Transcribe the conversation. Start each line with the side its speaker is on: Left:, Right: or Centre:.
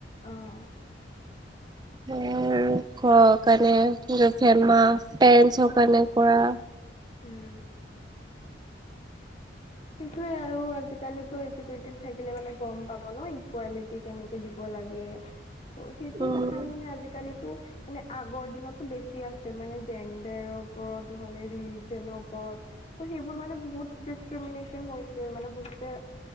Left: অহ।
Right: সেয়াই আৰু ঘৰ কাৰণে <unintelligible> মা পেৰেন্টছৰ কাৰণে কৰা।
Left: উম। সেইটোয়ে আৰু আজি কালি এজুকেটেড থাকিলে মানে গম পাব ন ইকুৱালিটি কেনেকে দিব লাগে। লাগে ত সেইবোৰ
Right: উম,
Left: ভাল মানে আজিকালিতো মানে আগৰ দিনতটো বেছি আছিল মানে জেণ্ডাৰৰ ওপৰত নহ'লে ৰিলিজনৰ ওপৰত। ত সেইবোৰ মানে বহুত ডিচক্ৰিমিনেচন হৈছে মানে বহুতে।